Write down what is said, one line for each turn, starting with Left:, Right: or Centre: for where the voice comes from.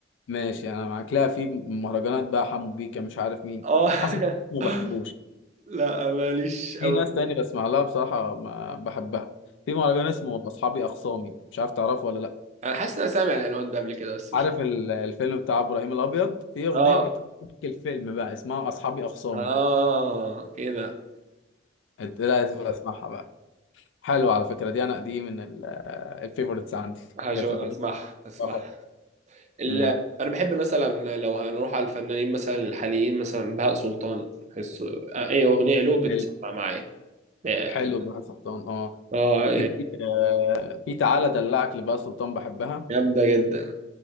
Left: ماشي انا معاك لا في مهرجانات بقى حمو بيكا مش عارف مين
Right: اه
Left: حسن
Right: <laughs>
Left: ما بحبوش
Right: لا ماليش قوي
Left: في ناس تانية بسمع لها بصراحة ما بحبها في مهرجان اسمه أصحابي أخصامي مش عارف تعرفه ولا لأ
Right: انا حاسس ان انا سامع العنوان ده قبل كده بس مش
Left: عارف ال- الفيلم بتاع إبراهيم الأبيض في أغنية
Right: اه
Left: بتحكي الفيلم بقى اسمها أصحابي أخصامي
Right: اه كده
Left: إت- لا اسم- اسمعها بقى حلوة على فكرة دي أنا دي من الفيفوريتس عندي
Right: هجو
Left: حاجات المفضلة
Right: هسمعها هسمعها
Left: بصراحة.
Right: ال...
Left: امم
Right: انا بحب مثلا لو هنروح على الفنانين مثلا الحاليين مثلا بهاء سلطان بحسه اي اغنيه له بتسمع
Left: حل-
Right: معايا اه
Left: حلو بقى سلطان اه
Right: آه،
Left: في آه، في تعالى دلعك لبقى سلطان بحبها
Right: جامده جدا